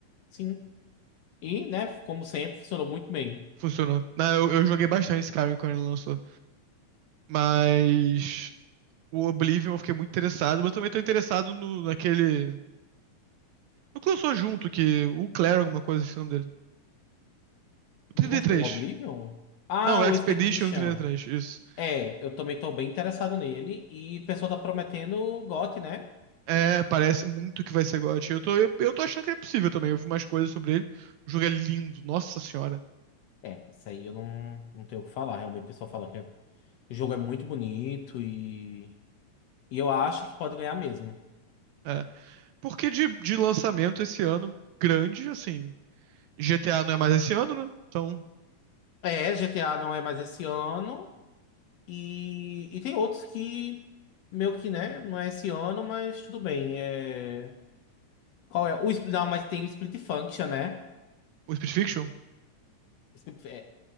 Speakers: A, on the left; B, on the right.
A: Sim. E, né, como sempre, funcionou muito bem.
B: Funcionou. Na- eu, eu joguei bastante Skyrim quando ele lançou. Mas o Oblivion eu fiquei muito interessado. Mas eu também tô interessado no, naquele. No que lançou junto, que o Claire, alguma coisa, assim, o nome dele. O Trinta
A: Junto
B: e Três.
A: com o Oblivion? Ah,
B: Não, o Expedition
A: o Expedition.
B: Trinta e Três. isso.
A: É, eu também tô bem interessado nele. E o pessoal tá prometendo o GOT, né?
B: É, parece muito que vai ser GOT. Eu tô, eu, eu tô achando que é possível também. Eu vi umas coisas sobre ele. O jogo é lindo, nossa senhora.
A: É, isso aí eu não, não tenho o que falar. Realmente o pessoal fala que é- o jogo é muito bonito e, e eu acho que pode ganhar mesmo.
B: É. Porque de, de lançamento esse ano, grande, assim. GTA não é mais esse ano, né? Então.
A: É, GTA não é mais esse ano e, e tem outros que meio que, né, não é esse ano, mas tudo bem. É, qual é? O, Spl- não, mas tem o Split Function, né?
B: O Split Fiction?
A: Split- é,